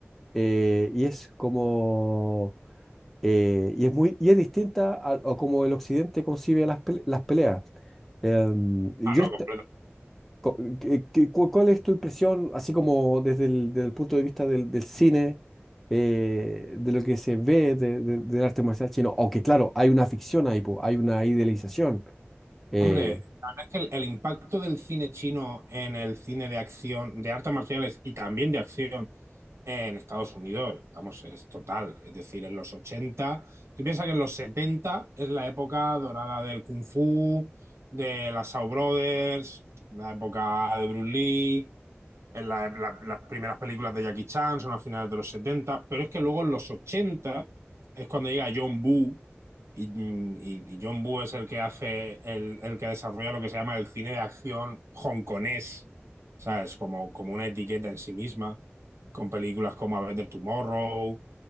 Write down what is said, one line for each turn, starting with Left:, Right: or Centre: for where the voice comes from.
Centre: eh, y es como eh, y es muy y es distinta a, a como el occidente concibe las, pele- las peleas. Em, yo
Right: Ah, no,
Centre: est- co- que- que- cu- ¿Cuál es tu impresión, así como desde el, desde el punto de vista del, del cine, eh, de lo que se ve de- de- del arte marcial chino? Aunque claro, hay una ficción ahí, po, hay una idealización. eh,
Right: Hombre, la verdad es que el, el impacto del cine chino en el cine de acción, de artes marciales y también de acción en Estados Unidos, vamos, es total. Es decir, en los 80. tú piensas que en los 70 es la época dorada del Kung Fu, de las Shaw Brothers, la época de Bruce Lee en la- la- las primeras películas de Jackie Chan son a finales de los setenta pero es que luego en los 80 es cuando llega John Woo y, y- y John Woo es el que hace, el, el que desarrolla lo que se llama el cine de acción hongkonés, ¿sabes? Como, como una etiqueta en sí misma, con películas como A Better Tomorrow,